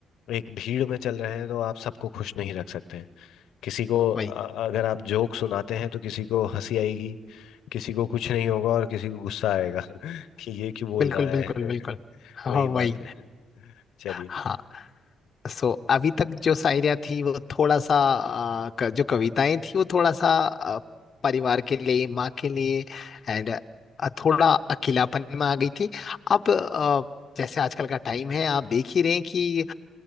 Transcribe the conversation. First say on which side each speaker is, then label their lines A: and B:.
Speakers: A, on the left; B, on the left.
A: एक भीड़ में चल रहे हैं तो आप सबको खुश नहीं रख सकते हैं किसी को अ,
B: वही
A: अगर आप जोक सुनाते हैं तो किसी को हंसी आएगी किसी को कुछ नहीं होगा और किसी को गुस्सा आएगा <laughs> कि ये क्यों बोल
B: बिल्कुल
A: रहा
B: बिल्कुल
A: है
B: बिल्कुल
A: <laughs>
B: हाँ,
A: वही
B: वही
A: बात है चलिए
B: हाँ सो अभी तक जो शायरिया थी वो थोड़ा सा अ, क- जो कविताएं थी वो थोड़ा सा अ, परिवार के लिए माँ के लिए एंड थोड़ा अकेलापन में आ गई थी अब अ, जैसे आजकल का टाइम है आप देख ही रहे हैं कि